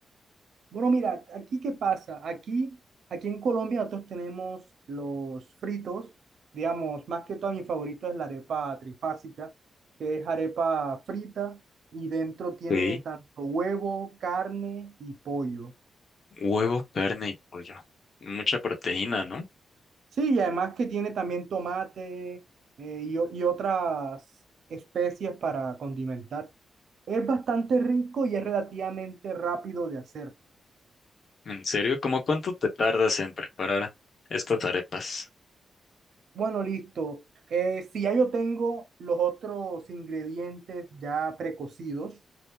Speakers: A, on the right (about 70°); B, on the left (about 50°).
A: Bueno, mira, aquí qué pasa. Aquí, aquí en Colombia nosotros tenemos los fritos, digamos, más que todo mi favorito es la arepa trifásica, que es arepa frita y dentro tiene
B: Sí.
A: tanto huevo, carne y pollo.
B: Huevo, carne y pollo. Mucha proteína, ¿no?
A: Sí, y además que tiene también tomate eh, y, o- y otras especies para condimentar. Es bastante rico y es relativamente rápido de hacer.
B: ¿En serio? ¿Cómo cuánto te tardas en preparar estas arepas?
A: Bueno, listo. Eh, si ya yo tengo los otros ingredientes ya precocidos,